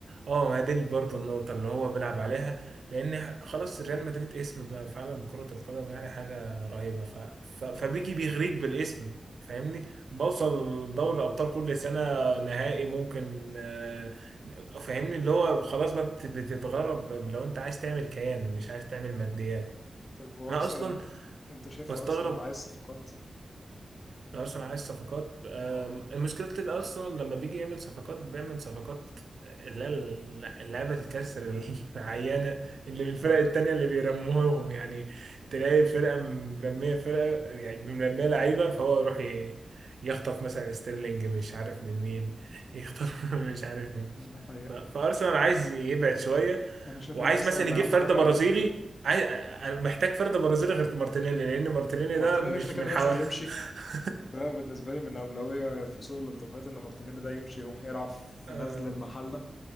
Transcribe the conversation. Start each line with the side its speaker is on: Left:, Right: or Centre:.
Right: اه ما هي دي برضه النقطة اللي هو بيلعب عليها لأن خلاص ريال مدريد اسم بقى في عالم كرة القدم يعني حاجة رهيبة ف... ف... فبيجي بيغريك بالاسم فاهمني بوصل دوري أبطال كل سنة نهائي ممكن آه، فاهمني اللي هو خلاص بقى بت- بتتغرب لو أنت عايز تعمل كيان مش عايز تعمل ماديات
Left: طيب وارسنال
Right: أنا أصلا
Left: انت شايف
Right: بستغرب
Left: ارسنال عايز صفقات
Right: أرسنال عايز صفقات أم،
Left: اه
Right: المشكلة الأرسنال لما بيجي يعمل صفقات بيعمل صفقات اللي هي اللعبة الكسر <laughs> العيانة اللي من الفرق
Left: اه
Right: التانية اللي بيرموهم يعني تلاقي فرقة مرمية فرقة يعني مرمية لعيبة فهو يروح ي- يخطف مثلا ستيرلينج مش عارف من مين يخطف <laughs> مش عارف مين
Left: الحقيقة
Right: ف- فارسنال عايز يبعد شويه
Left: انا شايف
Right: وعايز
Left: ان ارسنال
Right: مثلا يجيب
Left: اهم
Right: فرد
Left: حاجة
Right: برازيلي عايز أنا محتاج فرد برازيلي غير مارتينيلي لان مارتينيلي
Left: مارتينيلي
Right: ده مش
Left: ده كده كده
Right: من
Left: لازم
Right: حوا
Left: يمشي
Right: <laughs>
Left: ده بالنسبة لي من اولوية في سوق الانتقالات ان مارتينيلي ده يمشي يروح يلعب في
Right: اه
Left: غزل المحلة